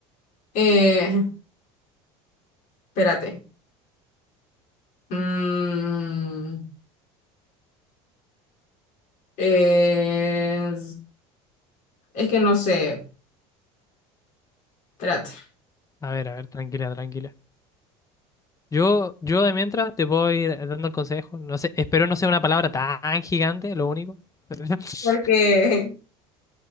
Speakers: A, on the left; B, on the left.
A: Eh, espérate. Mm, eh, Es que no sé, espérate.
B: A ver, a ver, tranquila, tranquila. Yo, yo de mientras te puedo ir dando el consejo. No sé, espero no sea una palabra tan gigante, lo único. <laughs>
A: Porque